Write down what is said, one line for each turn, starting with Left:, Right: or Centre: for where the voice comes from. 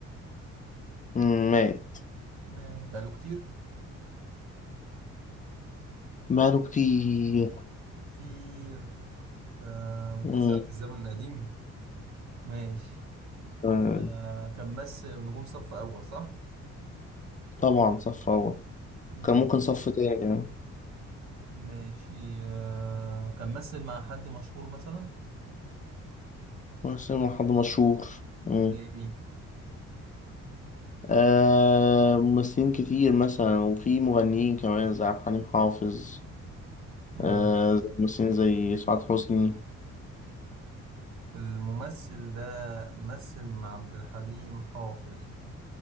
Left: مم. مات
Right: مات بقاله كتير
Left: ماله كتير
Right: كتير تا-
Left: مم.
Right: بتسأل في الزمن القديم ماشي
Left: آه
Right: آه، كان ممثل نجوم صف اول صح
Left: طبعا صف أول
Right: مم.
Left: كان ممكن صف تاني كمان
Right: ماشي آه، كان ممثل مع حد مشهور مثلا
Left: بس هو حد مشهور مم.
Right: زي
Left: آه ممثلين كتير مثلا وفي مغنيين كمان زي عبد الحليم حافظ
Right: مين
Left: آه زي ممثلين زي سعاد حسني
Right: الممثل ده مثل مع عبد الحليم حافظ